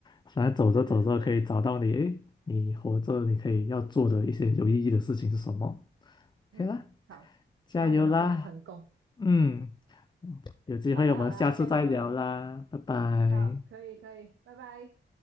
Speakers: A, on the left; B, on the right.
A: 反正走着走着可以找到你，
B: 对对对，
A: 诶，你活着你可以要做的一些有意义的事情是什么
B: 嗯，
A: 可以啦，
B: 好，
A: 加油啦，
B: 希望我们都可以成功。
A: 嗯，有机会我们下次再聊啦，
B: 好啦好啦，这样我们
A: 拜拜。
B: 好，可以可以，拜拜。